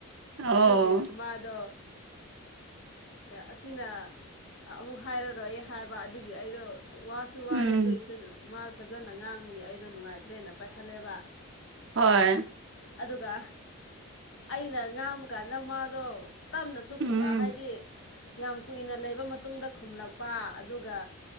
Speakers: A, on the right; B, on the left.
A: ꯑꯣ
B: ꯑꯗꯨꯒꯤ ꯃꯥꯗꯣ ꯑꯁꯤꯅ ꯑꯃꯨꯛ ꯍꯥꯏꯔꯔꯣꯏ ꯍꯥꯏꯕ ꯑꯗꯨꯒꯤ ꯑꯩꯗꯣ ꯋꯥꯁꯨ ꯋꯥꯔꯦ
A: ꯎꯝ
B: ꯑꯗꯨꯏꯁꯨ ꯃꯥ ꯐꯖꯅ ꯉꯥꯡꯕꯒꯤ ꯑꯩꯗꯣ ꯅꯨꯡꯉꯥꯏꯇ꯭ꯔꯦꯅ ꯄꯥꯏꯈꯠꯂꯦꯕ
A: ꯍꯣꯏ
B: ꯑꯗꯨꯒ ꯑꯩꯅ ꯉꯥꯡꯕ ꯀꯥꯟꯗ ꯃꯥꯗꯣ ꯇꯞꯅꯁꯨ
A: ꯎꯝ
B: ꯍꯥꯏꯗꯤ ꯌꯥꯝ ꯀꯨꯏꯅ ꯂꯩꯕ ꯃꯇꯨꯡꯗ ꯈꯨꯝꯂꯛꯄ ꯑꯗꯨꯒ